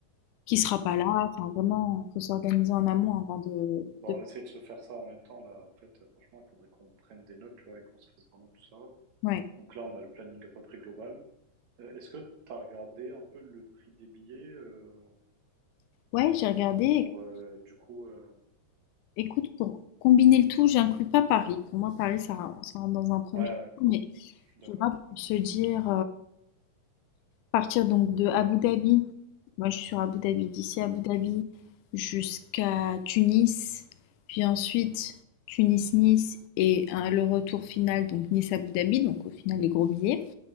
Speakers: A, on the left; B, on the right.
A: qui sera pas là. Enfin vraiment, faut s'organiser en amont avant de
B: Bon,
A: de
B: on essaie de se faire ça en même temps, là. En fait, euh, franchement, il faudrait qu'on prenne des notes, tu vois, et qu'on se fasse vraiment tout ça.
A: ouais.
B: Donc là, on a le planning à peu près global. Euh, est-ce que tu as regardé un peu le prix des billets euh,
A: Ouais, j'ai regardé et
B: pour,
A: que
B: euh, du coup... euh,
A: écoute, pour combiner le tout, j'inclus pas Paris. Pour moi, Paris, ça ça rentre dans un premier.
B: Ouais,
A: temps,
B: ouais,
A: mais
B: je suis d'accord.
A: tu vois, pour se dire, Partir donc de Abu Dhabi, moi je suis sur Abu Dhabi, d'ici Abu Dhabi jusqu'à Tunis, puis ensuite Tunis-Nice et hein, le retour final, donc Nice-Abu Dhabi, donc au final les gros billets.